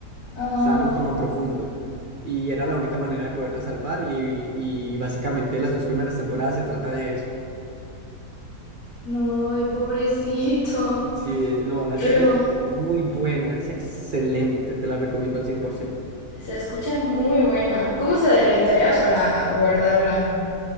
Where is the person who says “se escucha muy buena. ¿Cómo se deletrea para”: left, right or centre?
Left